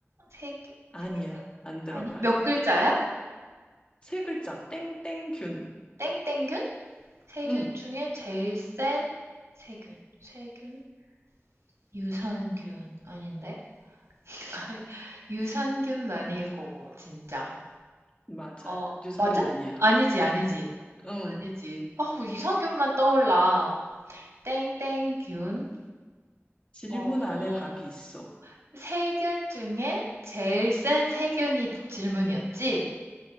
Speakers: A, on the right (about 80°); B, on the left (about 25°).
A: 세균,
B: 아니야.
A: 세,
B: 안 들어가.
A: 아니야? 몇 글자야?
B: 세 글자, 땡땡균.
A: 땡땡균? 세균
B: 응,
A: 중에 제일 센 세균. 세균? 유산균 아닌데? <laughs> 유산균은 아닐 거고, 진짜.
B: 맞아.
A: 어,
B: 유산균
A: 맞아?
B: 아니야.
A: 아니지, 아니지.
B: 응,
A: 아니지. 아, 유 유산균만 떠올라. 땡땡균,
B: 질문
A: 어,
B: 안에 답이 있어.
A: 세균 중에 제일 센 세균이 질문이었지?